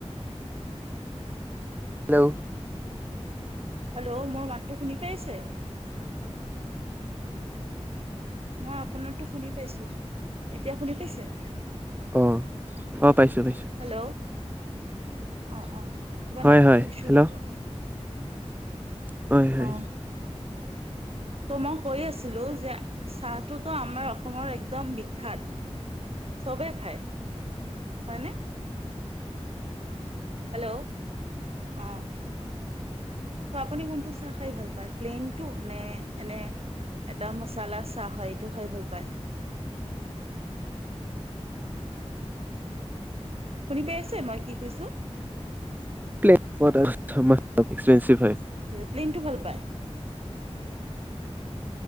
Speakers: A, on the right; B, on the right.
A: হেল্ল'।
B: হেল্ল, মোৰ মাতটো শুনি পাইছে? মই আপোনাৰটো শুনি পাইছো। এতিয়া শুনি পাইছে?
A: অ', অ'। পাইছো পাইছো
B: হেল্ল, অ' অ' কিবা
A: হয়
B: নেটৱৰ্ক
A: হয়
B: ইছ্যু
A: হেল্ল'
B: হ'ব।
A: হয় হয়।
B: অ ত' মই কৈ আছিলো যে চাহটোতো আমাৰ অসমৰ একদম বিখ্যাত। চবে খায়, হয়নে? হেল্ল, অ'। চ আপুনি কোনটো চাহ খাই ভাল পায়? প্লেইনটো নে এনে এটা মচালা চাহ হয় এইটো খাই ভাল পায়। শুনি পাই আছে মই কি কৈছো?
A: <unintelligible>
B: প্লিনটো ভাল পায়।